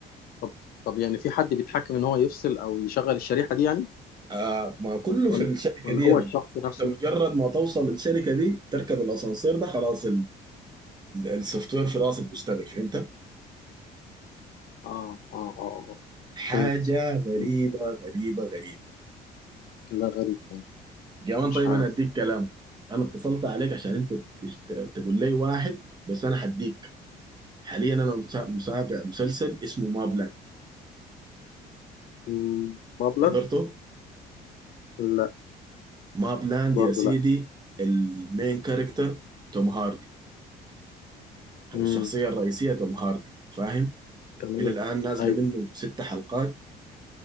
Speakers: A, on the left; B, on the right.
A: طب طب يعني في حد بيتحكم ان هو يفصل او يشغل الشريحه دي يعني
B: آه ما كله
A: ولا
B: في الشركة
A: ولا
B: دي
A: هو
B: يعني.
A: الشخص نفسه
B: انت مجرد ما توصل الشركة دي تركب الاسانسير ده خلاص السوفت وير في راسك بيشتغل فهمت
A: اه اه اه آه.
B: حاجه
A: فهمت
B: غريبه
A: مم.
B: غريبه غريبه
A: لا غريب فعلا
B: كمان
A: مش
B: طيب
A: عارف
B: انا اديك كلام انا اتصلت عليك عشان انت تش- ت- تقول لي واحد بس انا هديك حاليا انا مسا- متابع مسلسل اسمه ماب لاند
A: مم. مبلغ
B: حضرته
A: لا
B: ماب لاند
A: برضو
B: يا سيدي
A: لا
B: المين كاركتر توم هاردي
A: مم.
B: او الشخصيه الرئيسيه توم هاردي فاهم
A: تمام
B: الى الان نازله
A: ايوه
B: منه ست حلقات